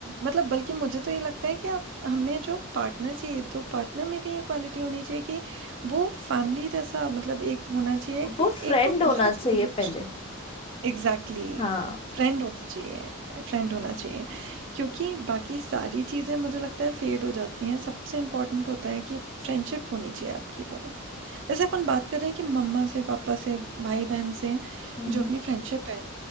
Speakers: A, on the right; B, on the left.
A: मतलब बल्कि मुझे तो ये लगता है कि आप हमें जो पार्टनर चाहिए तो पार्टनर में भी ये क्वालिटी होनी चाहिए कि वो फैमिली जैसा मतलब एक होना चाहिए
B: वो
A: कि
B: फ्रेंड
A: एक तो
B: होना
A: बहुत अच्छा
B: चाहिए
A: दोस्त
B: पहले
A: होना एग्जैक्टली
B: हाँ
A: फ्रेंड होना चाहिए फ्रेंड होना चाहिए क्योंकि बाकी सारी चीज़ें मुझे लगता है फेड हो जाती हैं सबसे इम्पोर्टेंट होता है कि फ्रेंडशिप होनी चाहिए आपकी वो जैसे अपन बात कर रहे हैं कि मम्मा से पापा से भाई बहन से
B: हम्म,
A: जो अपनी फ्रेंडशिप है